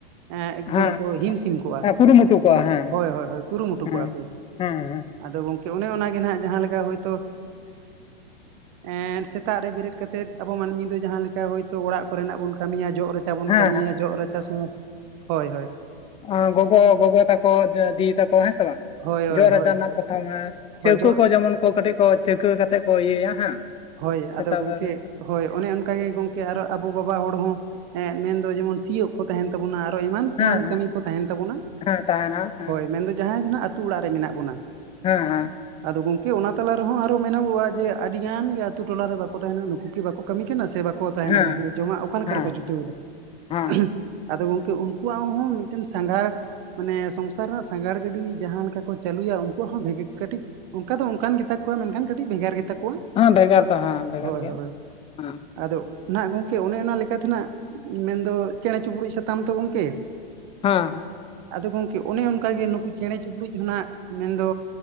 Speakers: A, on the right (about 45°); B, on the left (about 20°).
A: ᱦᱮ ᱮᱠᱫᱚᱢ
B: ᱦᱮᱸ
A: ᱠᱚ ᱦᱤᱢ ᱥᱤᱢ ᱠᱚᱜᱼᱟ
B: ᱦᱮᱸ ᱠᱩᱨᱩᱢᱩᱴᱩ ᱠᱚᱜᱼᱟ ᱦᱮᱸ
A: ᱦᱳᱭ ᱦᱳᱭ ᱠᱩᱨᱩ ᱢᱩᱴᱩ
B: ᱦᱮᱸ
A: ᱠᱚᱜᱼᱟ ᱠᱚ,
B: ᱦᱮᱸ ᱦᱮᱸ
A: ᱟᱫᱚ ᱜᱚᱝᱠᱮ ᱚᱱᱮ ᱚᱱᱟ ᱜᱮ ᱦᱱᱟᱜ ᱡᱟᱦᱟ ᱞᱮᱠᱟ ᱦᱳᱭᱛᱳ ᱮᱱ ᱥᱮᱛᱟᱜ ᱨᱮ ᱵᱮᱨᱮᱫ ᱠᱟᱛᱮᱫ ᱟᱵᱚ ᱢᱟᱹᱱᱢᱤ ᱫᱚ ᱡᱟᱦᱟᱸᱮ ᱞᱮᱠᱟ ᱦᱳᱭᱛᱳ ᱚᱲᱟᱜ ᱠᱚᱨᱮᱱᱟᱜ ᱵᱚᱱ ᱠᱟᱹᱢᱤᱭᱟ ᱡᱚᱜ ᱨᱮᱪᱟ ᱵᱚᱱ
B: ᱦᱮᱸ
A: ᱠᱟᱹᱢᱤᱭᱟ ᱡᱚᱜ ᱨᱟᱪᱟ ᱥᱩᱢᱩᱜ ᱦᱳᱭ
B: ᱚᱻ ᱜᱚᱜᱚ ᱜᱚᱜᱚ ᱛᱟᱠᱚ ᱫᱤᱫᱤ ᱛᱟᱠᱚ ᱦᱮᱸ ᱥᱮ ᱵᱟᱝ᱾
A: ᱦᱳᱭ ᱦᱳᱭ
B: ᱡᱚᱜ ᱨᱟᱪᱟ
A: ᱦᱳᱭ
B: ᱨᱮᱱᱟᱜ ᱯᱨᱚᱛᱷᱚᱢ
A: ᱦᱳᱭ
B: ᱪᱟᱹᱣᱠᱟᱹ
A: ᱡᱚᱜ
B: ᱠᱚ ᱡᱮᱢᱚᱱ ᱠᱚ ᱠᱟᱹᱴᱤᱡ ᱠᱚ, ᱪᱟᱹᱣᱠᱟᱹ ᱠᱟᱛᱮᱫ ᱠᱚ ᱤᱭᱟᱹᱭᱟ ᱦᱮᱸ
A: ᱦᱳᱭ
B: ᱥᱮᱛᱟᱜ
A: ᱟᱫᱚ ᱜᱚᱝᱠᱮ
B: ᱵᱮᱲᱟ ᱵᱮᱨᱮᱫ ᱠᱟᱛᱮ
A: ᱦᱳᱭ ᱚᱱᱮ ᱚᱱᱠᱟ ᱜᱮ ᱜᱚᱝᱠᱮ ᱟᱨᱚ ᱟᱵᱚ ᱵᱟᱵᱟ ᱦᱚᱲ ᱦᱚᱸ ᱢᱮᱱᱫᱚ ᱡᱮᱢᱚᱱ ᱥᱤᱭᱳᱜ ᱠᱚ ᱛᱟᱦᱮᱱ ᱛᱟᱵᱚᱱᱟ ᱟᱨᱚ ᱮᱢᱟᱱ ᱛᱮᱢᱟᱱ
B: ᱦᱮᱸ ᱦᱮᱸ
A: ᱠᱟᱹᱢᱤ ᱠᱚ ᱛᱟᱦᱮᱱ ᱛᱟᱵᱚᱱᱟ
B: ᱦᱮᱸ ᱛᱟᱦᱮᱱᱟ ᱦᱮᱸ
A: ᱦᱳᱭ ᱢᱮᱱᱫᱚ ᱡᱟᱦᱟᱸᱭ ᱫᱚ ᱦᱟᱸᱜ ᱟᱹᱛᱩᱹ ᱚᱲᱟᱜ ᱨᱮ ᱢᱮᱱᱟᱜ ᱵᱚᱱᱟ᱾
B: ᱦᱮᱸ ᱦᱮᱸ
A: ᱟᱫᱚ ᱜᱚᱝᱠᱮ ᱚᱱᱟ ᱛᱟᱞᱟ ᱨᱮᱦᱚᱸ ᱟᱨᱚ ᱢᱮᱱᱚᱜᱚᱜᱼᱟ ᱡᱮ ᱟᱹᱰᱤ ᱜᱟᱱ <unintelligible> ᱟᱹᱛᱩ ᱴᱚᱞᱟ ᱨᱮ ᱵᱟᱠᱚ ᱛᱟᱦᱮᱸᱱᱟ ᱱᱩᱠᱩ ᱠᱤ ᱵᱟᱠᱚ ᱠᱟᱹᱢᱤ ᱠᱟᱱᱟ ᱥᱮ ᱵᱟᱠᱚ ᱛᱟᱦᱮᱱ
B: ᱦᱮᱸ
A: ᱠᱟᱱᱟ ᱥᱮ ᱡᱚᱢᱟᱜ ᱚᱠᱟ ᱞᱮᱠᱟ
B: ᱦᱮᱸ
A: ᱨᱮᱠᱚ ᱡᱩᱴᱟᱹᱣ ᱮᱫᱟ?
B: ᱦᱮᱸ
A: <unintelligible> ᱟᱫᱚ ᱜᱚᱝᱠᱮ ᱩᱱᱠᱩᱣᱟᱜ ᱦᱚᱸ ᱢᱤᱫᱴᱮᱱ ᱥᱟᱸᱜᱷᱟ ᱢᱟᱱᱮ ᱥᱚᱝᱥᱟᱨ ᱨᱮᱱᱟᱜ ᱥᱟᱸᱜᱷᱟᱨ ᱜᱟᱹᱰᱤ, ᱡᱟᱦᱟᱸ ᱞᱮᱠᱟ ᱠᱚ ᱪᱟᱹᱞᱩᱭᱟ, ᱩᱱᱠᱩᱣᱟᱜ ᱦᱚᱸ ᱵᱷᱮᱜᱮ ᱠᱟᱹᱴᱤᱡ ᱚᱱᱠᱟ ᱫᱚ ᱚᱱᱠᱟᱱ ᱜᱮᱛᱟ ᱠᱚᱣᱟ, ᱢᱮᱱᱠᱷᱟᱱ ᱠᱟᱹᱴᱤᱡ ᱵᱷᱮᱜᱟᱨ ᱜᱮᱛᱟ ᱠᱚᱣᱟ
B: ᱦᱮᱸ ᱵᱷᱮᱜᱟᱨ ᱫᱚ ᱦᱮᱸ ᱵᱷᱮᱜᱟᱨ
A: ᱦᱳᱭ
B: ᱜᱮᱭᱟ
A: ᱦᱳᱭ᱾
B: ᱦᱮᱸ
A: ᱟᱫᱚ ᱚᱱᱟᱜ ᱜᱚᱝᱠᱮ ᱚᱱᱮ ᱚᱱᱟ ᱞᱮᱠᱟᱛᱮ ᱛᱮᱱᱟᱜ ᱢᱮᱱᱫᱚ ᱪᱮᱬᱮ ᱪᱤᱯᱲᱩᱫ ᱥᱟᱛᱟᱢ ᱛᱚ ᱜᱚᱝᱠᱮ
B: ᱦᱮᱸ ᱦᱮᱸ
A: ᱟᱫᱚ ᱜᱚᱝᱠᱮ ᱚᱱᱮ ᱚᱱᱠᱟᱜᱮ ᱱᱩᱠᱩ ᱪᱮᱬᱮ ᱪᱤᱯᱲᱩᱫ ᱦᱱᱟᱜ ᱢᱮᱱᱫᱚ